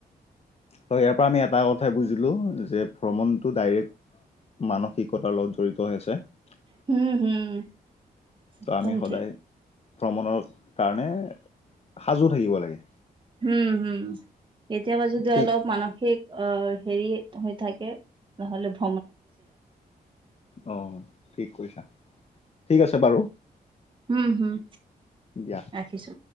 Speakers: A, on the left (about 40°); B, on the right (about 30°).
A: ত' ইয়াৰ পৰা আমি এটা কথাই বুজিলোঁ যে ভ্ৰমণটো ডাইৰেক্ট মানসিকতাৰ লগত জড়িত হৈ আছে। ত'
B: হম হম একদম
A: আমি সদায়
B: ঠিক
A: ভ্ৰমণৰ কাৰণে সাজু থাকিব লাগে।
B: হম হম কেতিয়াবা যদি
A: ঠিক
B: অলপ মানসিক অ হেৰি হৈ থাকে নহ'লে ভু
A: অ' ঠিক কৈছা। ঠিক আছে বাৰু।
B: হম হম
A: দিয়া।
B: ৰাখিছো